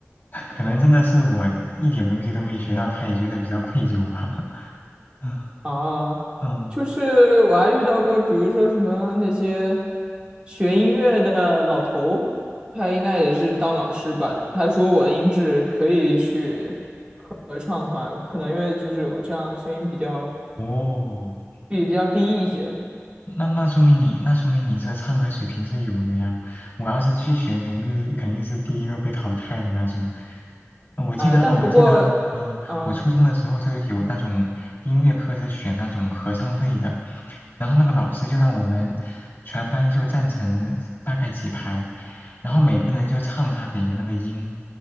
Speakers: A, on the left; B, on the right.
A: 可能真的是我一点东西都没学到，他也觉得比较愧疚吧。<laughs>
B: 啊，
A: 嗯，
B: 就是我还遇到过，比如说什么那些学音乐的老头，他应该也是当老师吧？他说我的音质可以去合唱团，可能因为就是我这样声音比较
A: 哦，
B: 比比较低一些，
A: 那那说明你那说明你这唱歌水平是有的呀。我要是去选，肯定是肯定是第一个被淘汰的那种。呃我记得哦，
B: 哎，但不过，
A: 我记得，嗯、
B: 嗯，
A: 我初中的时候就有那种音乐课是选那种合唱队的，然后那个老师就让我们全班就站成大概几排，然后每个人就唱他给的那个音，